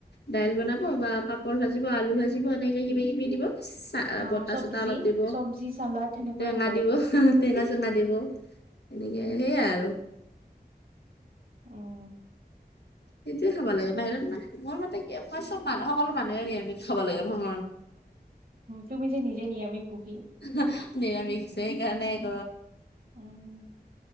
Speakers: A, on the left; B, on the right.
A: দাইল
B: উম,
A: বনাব, বা পাপৰ ভাজিব, আলু ভাজিব এনেকে কিবা কিবি দিব। চা
B: অ
A: বতা
B: চব্জি
A: চটা অলপ দিব,
B: চব্জি চালাড সেনেকৈ
A: টেঙা
B: খাব
A: দিব
B: লাগে
A: টেঙা, চেঙা দিব। এনেকে সেইয়াই আৰু।
B: অ'।
A: সেইটোয়ে খাব লাগে বাহিৰত মানে মোৰ মতে কি, চব মানুহ-সকলো মানুহে নিৰামিষ আমি খাব লাগে মোৰ
B: তুমি যে নিজে নিৰামিষ ভুগী
A: <unintelligible> <unintelligible> নিৰামিষ সেইকাৰণে আক
B: উম, উম।